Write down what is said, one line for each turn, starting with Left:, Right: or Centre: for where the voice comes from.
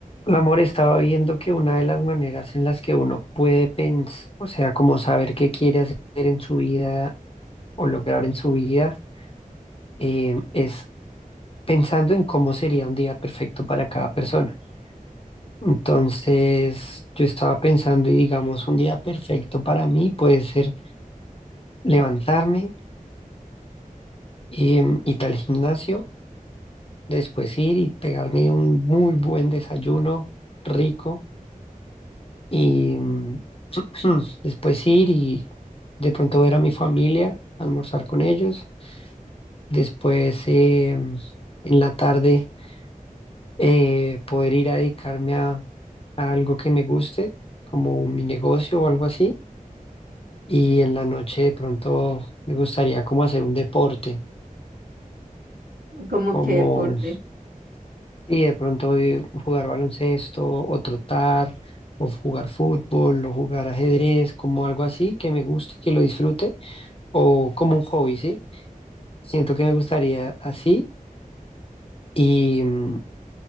Left: Mi amor, estaba viendo que una de las maneras en las que uno puede pensar, o sea, como saber qué quiere hacer en su vida o lograr en su vida, eh, es pensando en cómo sería un día perfecto para cada persona. Entonces, yo estaba pensando y digamos, un día perfecto para mí puede ser levantarme, y ir al gimnasio, después ir y pegarme un muy buen desayuno rico. Y, mm, Mm, Después ir y de pronto ver a mi familia, almorzar con ellos. Después eh, mm, en la tarde eh, poder ir a dedicarme a, a algo que me guste, como mi negocio o algo así. Y en la noche de pronto me gustaría como hacer un deporte,
Right: Como
Left: como
Right: qué deporte.
Left: sí, de pronto eh, jugar baloncesto o trotar o jugar fútbol o jugar ajedrez, como algo así que me guste, que lo disfrute o como un hobby, ¿sí? Siento que me gustaría así y, mm,